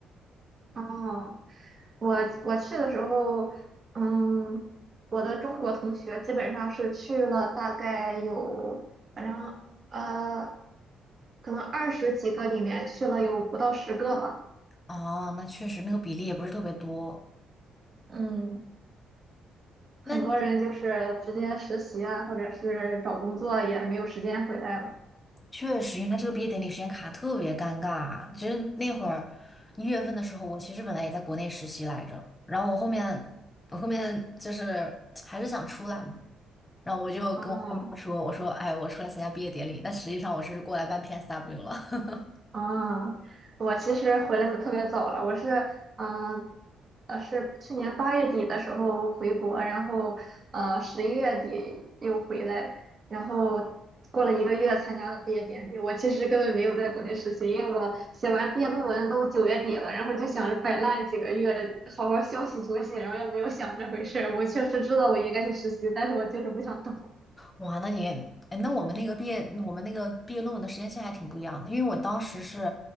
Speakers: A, on the right; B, on the left.
A: 哦，我我去的时候，嗯，我的中国同学基本上是去了大概有，反正呃，可能二十几个里面去了有不到十个吧。
B: 哦，那确实那个比例也不是特别多。
A: 嗯。很多人就是直接实习啊，
B: 那你嗯
A: 或者是找工作也没有时间回来了。
B: 确实，因为他这个毕业典礼时间卡特别尴尬。其实那会儿一月份的时候，我其实本来也在国内实习来着，然后我后面我后面就是还是想出来嘛，然后我就跟我爸妈说，
A: 哦，
B: 我说哎，我出来参加毕业典礼，但实际上我是过来办 PSW 了。<laughs>
A: 啊，我其实回来的特别早了，我是嗯呃是去年八月底的时候回国，然后呃十一月底又回来，然后过了一个月参加了毕业典礼。我其实根本没有在国内实习，因为我写完毕业论文都九月底了，然后就想着摆烂几个月，好好休息休息，然后也没有想这回事儿。我确实知道我应该去实习，但是我就是不想动。
B: 哇，那你，哎，那我们那个毕业，我们那个毕业论文的时间线还挺不一样的，因为我当时是，